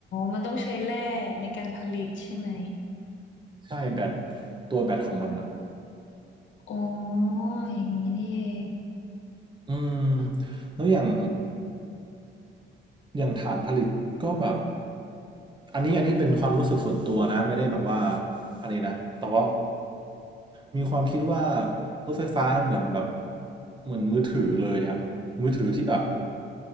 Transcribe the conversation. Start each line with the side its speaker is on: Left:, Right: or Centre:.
Left: มันต้องใช้แร่ในการผลิตใช่ไหม
Right: ใช่แบตตัวแบตของมันอ่ะ
Left: อ๋อ อย่างนี้นี่เอง
Right: อืมแล้วอย่าง อย่างฐานผลิตก็แบบอันนี้อันนี้เป็นความรู้สึกส่วนตัวนะไม่ได้แบบว่าอันนี้นะแต่ว่ามีความคิดว่ารถไฟฟ้าเหมือนแบบเหมือนมือถือเลยอะมือถือที่แบบ